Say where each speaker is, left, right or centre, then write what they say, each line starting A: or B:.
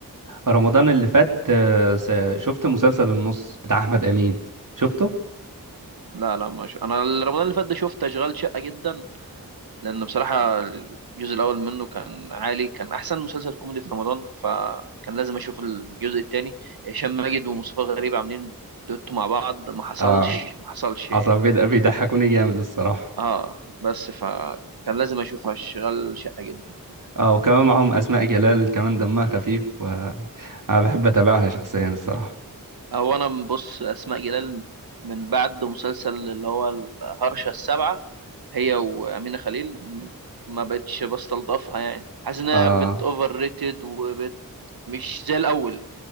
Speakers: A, on the right; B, on the right.
A: رمضان اللي فات آه، س- شفت مسلسل النص بتاع احمد امين شفته
B: لا لا ما شو. انا رمضان اللي فات ده شفت اشغال شقه جدا لان بصراحه الجزء الاول منه كان عالي كان احسن مسلسل كوميدي في رمضان فكان لازم اشوف الجزء الثاني هشام ماجد ومصطفى غريب عاملين دوتو مع بعض ما حصلش
A: اه
B: ما حصلش
A: حصل
B: يعني
A: بيض- بيضحكوني جامد الصراحة
B: اه بس فكان لازم اشوف اشغال شقه جدا
A: اه وكمان معاهم اسماء جلال كمان دمها خفيف وانا بحب اتابعها شخصيا الصراحة
B: هو انا بص اسماء جلال من بعد مسلسل اللي هو الهرشة السبعة هي وأمينة خليل م- ما بقتش بستلطفها يعني حاسس انها
A: اه
B: بت اوفر ريتد وبت مش زي الاول